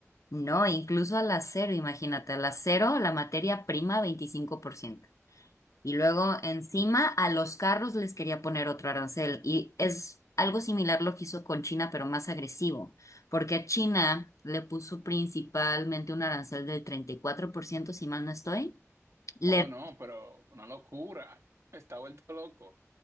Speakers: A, on the left (about 80°); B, on the right (about 60°).
A: No, incluso al acero, imagínate, al acero, la materia prima, 25%. Y luego encima a los carros les quería poner otro arancel. Y es algo similar lo que hizo con China, pero más agresivo, porque a China le puso principalmente un arancel del 34% si mal no estoy. Le,
B: Oh, no, pero una locura, <laughs> está vuelto loco.